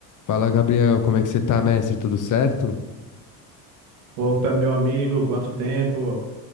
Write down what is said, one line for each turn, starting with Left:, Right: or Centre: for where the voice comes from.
Left: Fala, Gabriel, como é que você tá, mestre? Tudo certo?
Right: Opa, meu amigo, quanto tempo?